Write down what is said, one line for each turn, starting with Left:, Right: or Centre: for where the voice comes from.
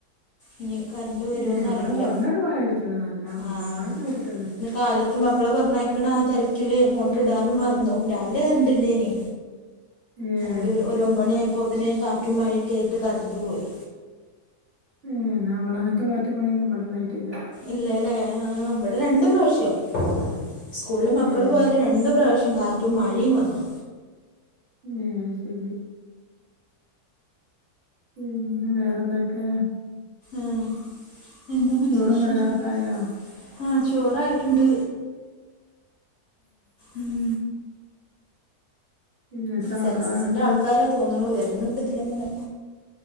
Left: ഇഞ്ഞ് കറണ്ട് പരോന്ന
Right: ഏഹ് ഇവിടെ
Left: റില
Right: കുറഞ്ഞൊരു മഴ പെയ്തിട്ടുണ്ട് നല്ല
Left: ആഹ്
Right: നന്നായിട്ട് പെയ്തിട്ടൊന്നുമില്ല
Left: ഇന്ന് കാലത ത്ത് മക്കളെ പറഞ്ഞയക്കണ ആ തെരക്കില് മോട്ടർ ടാനും മറന്നു രാവിലെ കരണ്ടിണ്ടേനി
Right: ഏഹ്
Left: ഒരു ഒര് ഒമ്പണി ആയപ്പോത്ത്ന് കാറ്റും മഴൊക്കെ യിട്ട് കറണ്ടുപോയി
Right: ഉ ന്ന അവടങ്ങനത്തെ കാറ്റു മഴൊന്നും ഇബടെ ണ്ടായിട്ടില്ല
Left: ഇല്ലല്ലേ ഹാ ഇവടെ രണ്ട് പ്രാവശ്യം സ്കൂളില് മക്കൾ
Right: ഏഹ്
Left: പോയ രണ്ടു പ്രാവശ്യം കാറ്റും മഴിം വന്ന്
Right: ഉം ശരി ഉംപിന്നെ വേറെന്തൊക്കെ
Left: ആഎന്താ നല്ല
Right: ചോറും
Left: വിശേഷം
Right: കറികളൊക്കെ ആയാ
Left: ആ ചോറായിട്ണ്ട് ഉം
Right: പിന്നെ എത്ര മക്കളാ
Left: സെൻസസിന്റെ
Right: ഇങ്ങക്ക്
Left: ആൾക്കാരാ തോന്ണു വെര്ന്ന്ണ്ട് ഇതില ങ്ങനെ.